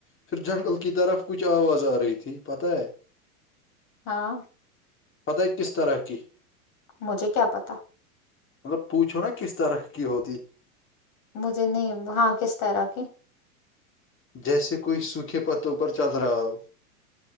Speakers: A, on the left (about 25°); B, on the left (about 45°).
A: پھر جنگل کی طرف کچھ آواز آ رہی تھی پتاہ ہے
B: ہاں
A: پت کس طرح کی
B: مجھے کیا پتا
A: مطلب پوچھو نا کس طرح کی ہوتی
B: مجھے نہیں وہاں کس طرح کی
A: جیسے کوئی سوکھے پتوں پر چل رہا ہو